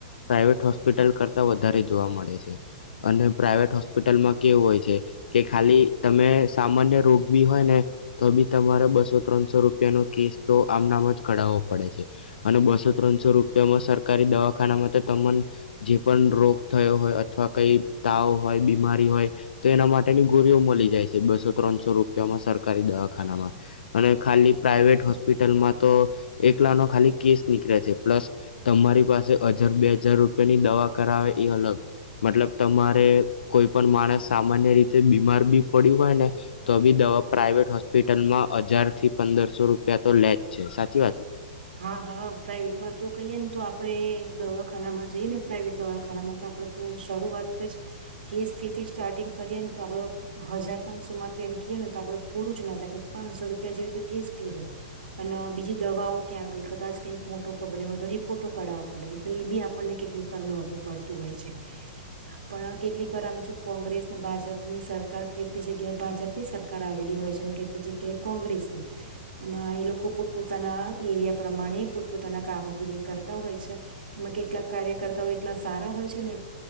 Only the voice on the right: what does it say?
હા હા પ્રાઈવેટમાં તો કહીયએ ને તો આપડે દવાખાનામાં જઈએ ને પ્રાાઈવેટ દવાખાનામાં તો આપડે તો શરૂઆત જ કેસ ફી થી સ્ટાર્ટિંગ કરીએ ને તો આપડો હજાર પાંચસો માં તો એમ કએ ને તો આપડે પૂરું જ ના હતા પાંચસો રૂપિયા જેવી તો કેસ ફી હોય અને બીજી દવાઓ ક્યાં કદાચ કંઈક મોટો પ્રોબ્લેમ હોય તો રિપોર્ટો કાઢાવવા પડે એટલે એ બી આપણને કેટલીક વાર મોઘું પડતું હોય છે પણ કેટલીક વાર આમ જો કોંગ્રેસને ભાજપ ની સરકાર કેટલી જગ્યાએ ભાજપ ની સરકાર આવેલી હોય છે અને કેટલી જગ્યાએ કોંગ્રેસની એમાં એ લોકો પોત પોતાના એરિયા પ્રમાણે પોતપોતાના કામગીરી કરતા હોય છે એમાં કેટલાક કાર્યકર્તાઓ એટલા સારા હોય છે ને